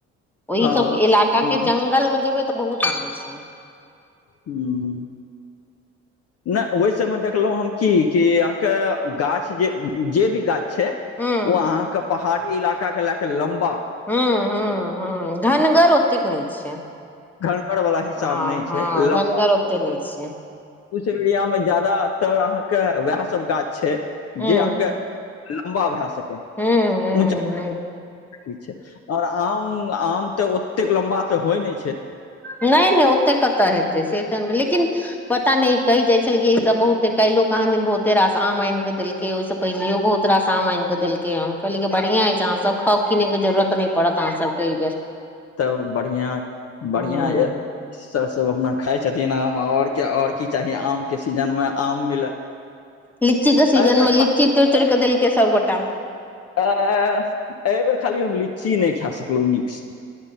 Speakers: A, in the centre; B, on the left.
A: ओहि
B: हँ
A: सभ इलाकाके
B: हँ
A: जंगलमे जेबै तऽ बहुत आम छै
B: ह्म
A: ह <inaudible>
B: नहि ओहि सबमे देखलहुँ हम की कि अहाँके गाछ जे जे भी गाछ छै
A: हूँ
B: ओ अहाँके पहाड़ी इलाका के लए क लम्बा
A: हू ह ह धनगर ओतेक नहि छै
B: घनघरवला हिसाब
A: हँ
B: नहि छै
A: हँ घनगर
B: लमबा
A: ओते नहि छै
B: एरियामे जादातर अहाँ के वएह सब गाछ छै
A: हूँ
B: जे अहाँ के लम्बा भए सक ठीक
A: हूँ हूँ
B: छै <unintelligible> और आम आम तऽ ओतेक लम्बा तऽ होइ नहि छै
A: नहि नहि ओते कतऽ हेतै से त लेकिन पता नहि कहि जाय छलिय ई सब बहुते काइलो कहाँ दिन बहुते रास आम आन के देलके ओहि से पहिलो बहुत रास आम आन देलकै हम कहली बढ़िआं अछि छै अहाँ सब खाउ कीनै के जरूरत नहि पड़त अहाँ सबके एहि बेर
B: तब बढ़िया बढ़िया
A: हूँ
B: य सर सब अपना खाय छथिन आम और के और की चाही आम के सीजन मे आम मिले
A: लीची के सीजन
B: एहि बेर
A: मे
B: खा
A: लिची तुड़ तुड़ कऽ देलकै सबगोटा
B: आ एहि बेेर खाली हम लीची नहि खा सकलहुँ नीकसँ